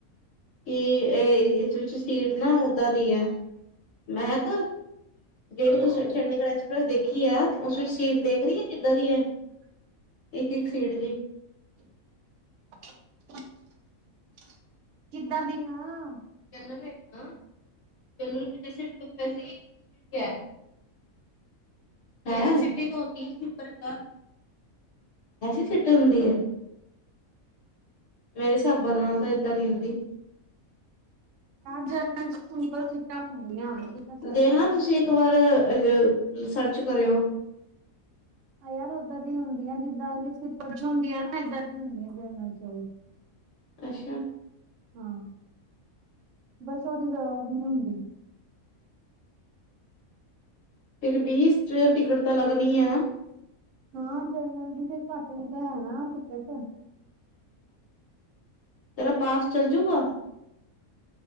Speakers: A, on the left (about 55°); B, on the right (about 65°).
A: ਕਿ ਏ ਏਸ ਵਿੱਚ ਸੀਟ ਨਾ ਓਦਾਂ ਦੀਐ, ਮੈਹਕ ਜੇੜੀ
B: ਹੈਲੋ
A: ਤੁਸੀ ਚੰਡੀਗੜ੍ਹ ਐਕਸ ਪ੍ਰੈਸ ਦੇਖੀਐ ਉਸ ਵਿੱਚ ਸੀਟ ਦੇਖ ਰੀਐ ਕਿੱਦਾਂ ਦੀਐ, ਏਕ-ਏਕ ਸੀਟ ਜੀ
B: <inaudible> ਕਿੱਦਾਂ ਦੀਆਂ?
A: ਜਨਰਲ ਵੇਚ ਨਾ, ਜਨਰਲ ਜੈੇ ਵੈਸੇ ਹੀਐ। ਹੈਂ <unintelligible> ਐਸੀ ਸਿਟੇ ਹੁੰਦੀਏ? ਮੇਰੇ ਹਿਸਾਬਾਂ ਨਾਲ ਤਾਂ ਏਦਾਂ ਨੀ ਹੁੰਦੀ।
B: ਨਾ ਜਨਰਲ ਸਲਿੱਪਰ ਸੀਟਾ ਹੁੰਦੀਆਂ, ਜੀਦਾ ਸਲਿੱਪਰ
A: ਦੇਖਣਾ
B: ਚ ਹੁੰਦੀਆਂ।
A: <unintelligible> ਸਰਚ ਕਰੇਓ।
B: ਯਾਰ ਓਦਾਂ ਦੀ ਹੁੰਦੀਆ ਜਿੱਦਾਂ ਸਿੱਪਰ ਚ ਹੁੰਦੀ ਆ ਨਾ, ਐਦਾ ਦੀ ਹੁੰਦੀਆ ਜਨਰਲ ਚ ਵੀ।
A: ਅੱਸ਼ਾ।
B: ਹਾਂ ਬਸ, ਓ ਰਿਜ਼ਰਵ ਨੀਂ ਹੁੰਦੀ।
A: ਫੇਰ ਬੀ ਇਸ ਚ ਟਿਕਟ ਤਾਂ ਲੱਗਦੀ ਆ।
B: ਹਾਂ, ਜਰਨਰਲ ਦੀ ਫੇਰ ਘੱਟ ਵੀ ਤਾਂ ਐ ਨਾ ਟਿਕਟ।
A: ਤੇਰਾ ਪਾਸ ਚੱਲ ਜੂਗਾ?